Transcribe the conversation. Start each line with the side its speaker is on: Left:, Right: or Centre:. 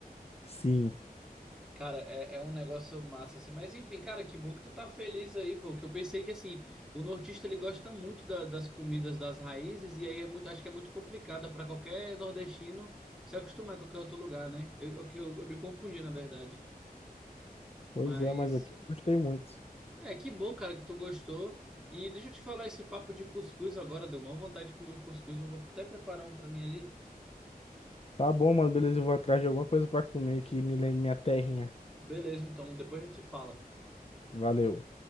Left: Sim.
Centre: Cara, é, é um negócio massa, assim. Mas enfim, cara, que bom que tu tá feliz aí, pô. Que eu pensei que, assim, o nortista ele gosta muito da- das comidas das raízes, e aí é muito, acho que é muito complicada pra qualquer nordestino se acostumar em qualquer outro lugar, né? Eu, eu, que eu, eu me confundi, na verdade.
Left: Pois
Centre: Mas
Left: é, mas aqui eu gostei muito.
Centre: é que bom, cara, que tu gostou. E deixa eu te falar, esse papo de cuscuz agora deu uma vontade de comer um cuscuz. Eu vou até preparar um pra mim ali.
Left: Tá bom, mano, beleza. Eu vou atrás de alguma coisa pra comer que me lembre minha terrinha.
Centre: Beleza, então depois a gente fala.
Left: Valeu.